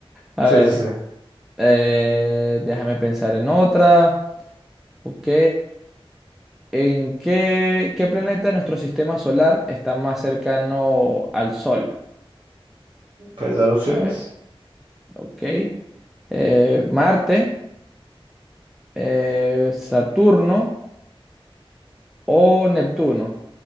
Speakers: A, in the centre; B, on the right.
A: A
B: Sí,
A: ver,
B: sí, sí.
A: eh, déjame pensar en otra. Ok. ¿En qué, qué planeta de nuestro sistema solar está más cercano al Sol?
B: ¿Puedes dar opciones?
A: A ver, ok. eh, Marte, eh, Saturno o Neptuno.